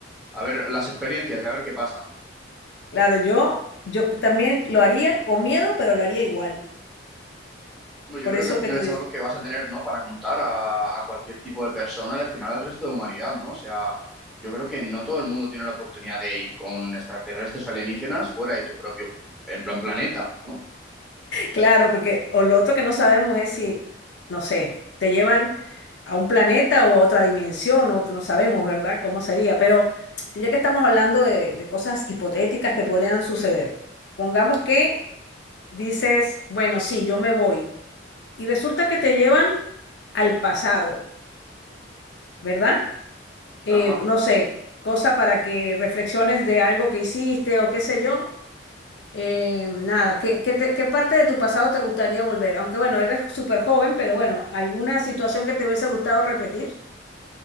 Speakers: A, in the centre; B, on the left.
A: A ver las experiencias y a ver qué pasa, ¿no?
B: Claro, yo, yo también lo haría con miedo, pero lo haría igual.
A: Hombre,
B: Por
A: yo creo
B: eso
A: que al final
B: que tú
A: es
B: dices.
A: algo que vas a tener, ¿no? Para contar a, a cualquier tipo de persona y al final al resto de humanidad, ¿no? O sea, yo creo que no todo el mundo tiene la oportunidad de ir con extraterrestres o alienígenas fuera de tu propio, en plan, planeta, ¿no?
B: Claro, porque o lo otro que no sabemos es si, no sé, te llevan a un planeta o a otra dimensión, o no sabemos, ¿verdad? ¿Cómo sería? Pero ya que estamos hablando de, de cosas hipotéticas que podrían suceder, pongamos que dices, bueno, sí, yo me voy, y resulta que te llevan al pasado, ¿verdad? Eh,
A: Ajá.
B: no sé, cosa para que reflexiones de algo que hiciste o qué sé yo, eh, nada, ¿qué, qué te- qué parte de tu pasado te gustaría volver? Aunque bueno, eres súper joven, pero bueno, ¿alguna situación que te hubiese gustado repetir?